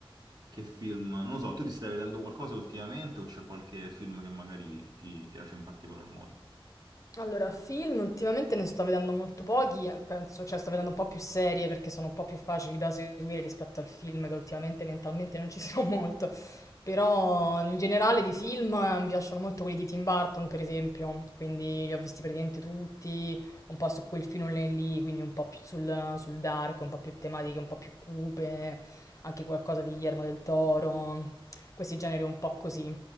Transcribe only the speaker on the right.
che film, non lo so, tu ti stai vedendo qualcosa ultimamente o c'è qualche film che magari ti piace in particolar modo?